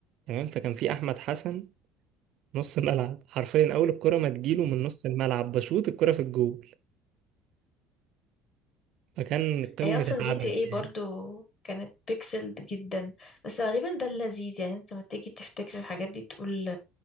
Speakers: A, on the right; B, on the left.
A: تمام فكان في أحمد حسن نص ملعب حرفيا أول الكرة ما تجيله من نص الملعب بشوط الكرة في الجول فكان قمة
B: هي أصلا جي
A: العبث
B: تي ايه
A: يعني
B: برضو كانت بيكسلد جدا بس غالبا ده اللذيذ يعني انت لما تيجي تفتكر الحاجات دي تقول